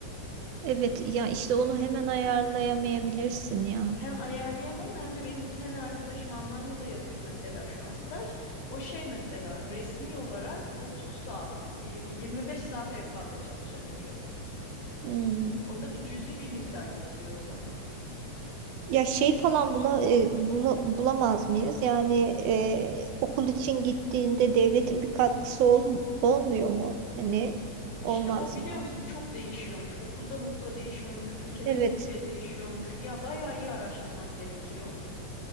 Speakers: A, on the right; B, on the left.
A: Evet ya işte onu hemen ayarlayamayabilirsin ya.
B: Hem ayarlayamam hem de benim bir tane arkadaşım Almanya'da yapıyor mesela şu an staj. O şey mesela resmi olarak 30 saat, e, 25 saat en fazla çalışabiliyor.
A: Hmm.
B: O da bir cüzi bir miktar getiriyor sana.
A: Ya şey falan bula, e, bula- bulamaz mıyız? Yani e, okul için gittiğinde devletin bir katkısı ol, olmuyor mu? Hani olmaz
B: İşte o biliyor
A: mı?
B: musun çok değişiyormuş. Okuldan okula değişiyormuş, ülkeden
A: Evet.
B: ülkeye değişiyormuş. Ya bayağı iyi araştırmak gerekiyor.